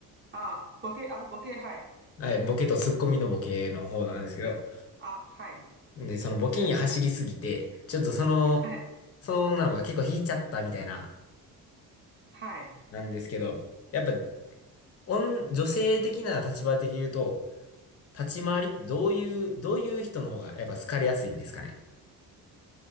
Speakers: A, on the right; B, on the left.
A: あ、ボケ、あ、ボケ、はい。
B: はい、ボケとツッコミのボケの方なんですけど、
A: あ、はい。
B: で、そのボケに走りすぎて、ちょっとその、
A: はい。
B: その女の子が結構引いちゃったみたいな、
A: はい。
B: なんですけど、やっぱ、女女性的な立場的に言うと、立ち回り、どういう、どういう人の方がやっぱ好かれやすいんですかね。